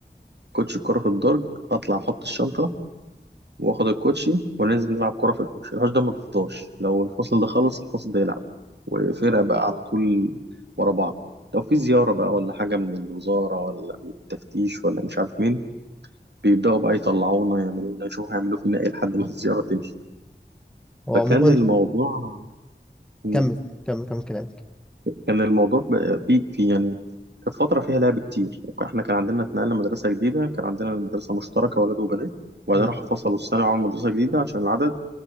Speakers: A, on the right; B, in the centre.
A: كوتش الكورة في الدرج اطلع احط الشنطة واخد الكوتشي وننزل نلعب كورة في الحوش الحوش ده ما بيفضاش لو الفصل ده خلص الفصل ده يلعب وفرق بقى على طول ورا بعض لو في زيارة بقى ولا حاجة من الوزارة ولا من التفتيش ولا مش عارف مين بيبدأوا بقى يطلعونا يعملونا يشوفوا هيعملوا فينا ايه لحد ما الزيارة تمشي
B: هو
A: فكان
B: عموما
A: الموضوع مم.
B: كمل كمل كمل كلامك
A: كان الموضوع بقى في في يعني كانت فترة فيها لعب كتير احنا كان عندنا اتنقلنا مدرسة جديدة كان عندنا المدرسة مشتركة ولاد وبنات وبعدين
B: مم.
A: راحوا فصلوا الثانوي وعملوا مدرسة جديدة عشان العدد